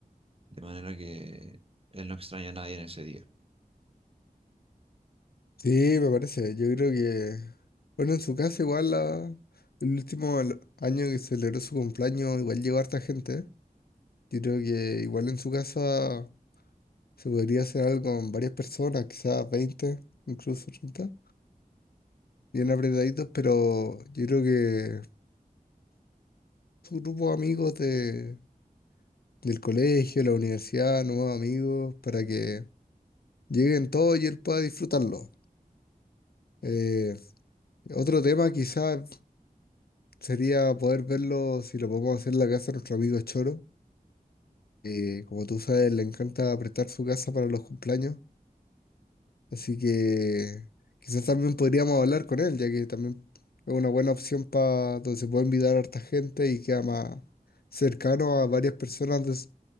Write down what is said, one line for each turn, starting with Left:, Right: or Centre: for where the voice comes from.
Right: de manera que él no extraña a nadie en ese día.
Left: Sí, me parece. Yo creo que, bueno, en su casa igual la- el último al- año que celebró su cumpleaños igual llegó harta gente. Yo creo que igual en su casa se podría hacer algo con varias personas, quizás 20, incluso 30, bien apretaditos, pero yo creo que su grupo de amigos de, del colegio, la universidad, nuevos amigos, para que lleguen todos y él pueda disfrutarlo. Eh, Otro tema quizás sería poder verlo si lo podemos hacer en la casa de nuestro amigo Choro. que como tú sabes, le encanta prestar su casa para los cumpleaños. Así que quizás también podríamos hablar con él, ya que también es una buena opción para donde se puede invitar a harta gente y queda más cercano a varias personas de, s-